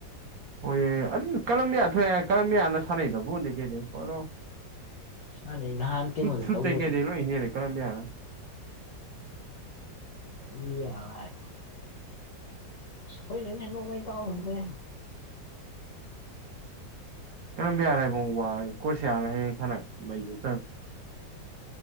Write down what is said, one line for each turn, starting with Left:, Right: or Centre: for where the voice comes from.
Right: ꯑꯣꯏꯌꯦ ꯑꯗꯨ ꯀꯂꯝꯕꯤꯌ ꯊꯣꯛꯑꯦ ꯍꯥꯏ ꯀꯂꯝꯕ꯭ꯌꯥꯅ ꯁꯥꯟꯅꯩꯗꯕꯣꯟꯗꯩ ꯀꯩꯗꯩ <unintelligible> <unintelligible>
Left: ꯃꯥꯅꯦ ꯅꯍꯥꯟ ꯀꯩꯅꯣꯗ ꯇꯧꯕꯗꯣ ꯑꯗꯨꯝ ꯌꯥꯏ ꯍꯣꯏꯅꯦꯅꯦ ꯅꯣꯡꯃꯣꯏ ꯇꯥꯎꯅꯦ
Right: ꯀꯔꯝꯕ꯭ꯌꯥꯔ ꯕꯣ ꯋꯥ ꯀ꯭ꯔꯣꯁꯤꯌꯥꯔ ꯍꯌꯦꯡ ꯁꯥꯟꯅꯩ ꯃꯥꯏ <unintelligible>